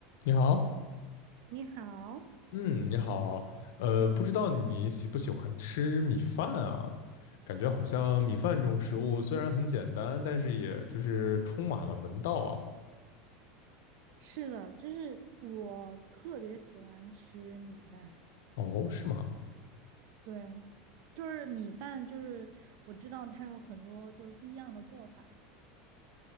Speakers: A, on the left; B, on the right.
A: 你好，
B: 你好，
A: 嗯，你好，呃，不知道你喜不喜欢吃米饭啊？感觉好像米饭这种食物虽然很简单，但是也就是充满了门道啊。
B: 是的，就是我特别喜欢吃米饭，
A: 哦，是吗？
B: 对，就是米饭，就是我知道它有很多就是不一样的做法，